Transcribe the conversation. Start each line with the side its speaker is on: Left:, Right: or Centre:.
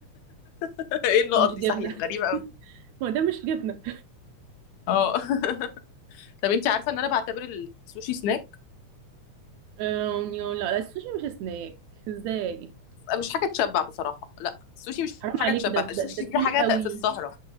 Left: <laughs> ايه النقط
Right: مش جبنة
Left: دي صحيح غريبه قوي
Right: <laughs> هو ده مش جبنة
Left: اه <laughs> طب انت عارفه ان انا بعتبر السوشي سناك
Right: أم، يو- لا لا السوشي مش سناك ازاي
Left: مش حاجه تشبع بصراحه لا السوشي مش
Right: حرام عليك
Left: حاجه تشبع
Right: ده ده,
Left: السوشي
Right: ده
Left: دي
Right: تقيل
Left: حاجه
Right: قوي
Left: في السهره